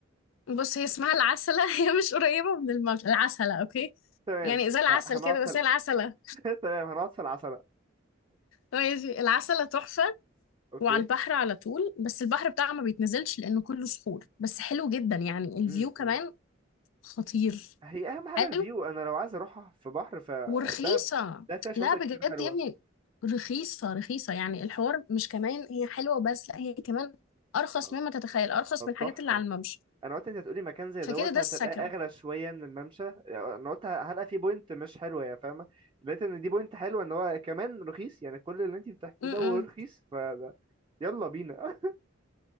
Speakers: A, on the left; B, on the right.
A: بص هي اسمها العسلة <laughs> هي مش قريبة من الممشى العسلة اوكي
B: تمام
A: يعني زي العسل
B: فهنقعد
A: كده
B: في
A: بس
B: ال...
A: هي العسلة
B: <laughs> تمام هنقعد في العسلة
A: ماشي العسلة تحفة
B: أوكي
A: وعلى البحر على طول بس البحر بتاعها ما بيتنزلش لأنه كله صخور بس حلو جدا يعني الفيو
B: م
A: كمان
B: -م.
A: خطير
B: هي اهم حاجه
A: حلو
B: الفيو انا لو عايز اروح في بحر فدهب
A: ورخيصة
B: ده فيها شواطئ
A: لا بجد
B: كتير حلوه
A: يا ابني رخيصة رخيصة يعني الحوار مش كمان هي حلوة بس لا هي كمان أرخص
B: طب
A: مما تتخيل أرخص
B: طب
A: من الحاجات
B: تحفه
A: اللي على الممشى
B: انا قلت انت هتقولي مكان زي
A: فكده
B: دوت
A: ده
B: هتلاقيه
A: السكن
B: اغلى شويه من الممشى يعني انا قلت هلقى فيه بوينت مش حلوه يعني فاهمه لقيت ان دي بوينت حلوه ان هو كمان رخيص يعني كل اللي انت بتحكيه
A: م-م.
B: ده ورخيص فده يلا بينا